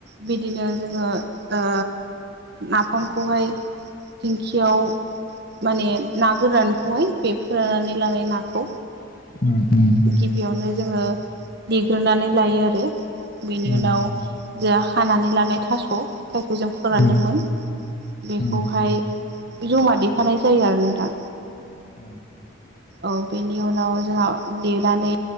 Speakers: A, on the right; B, on the left.
A: बिदिनो जोङो ओ नाफामखौहाय दिंखियाव माने ना गोरानखौहाय बे फोराननानै लानाय नाखौ
B: <inaudible>
A: गिबियावनो जोङो देग्रोनानै लायो आरो बेनि
B: उम
A: उनाव जोहा हानानै लानाय थास जायखौ जों फोरानदोंमोन
B: उम
A: बेखौहाय
B: उम
A: बे जमा देफानाय जायो आरो नोंथां औ बेनि उनाव जोहा देनानै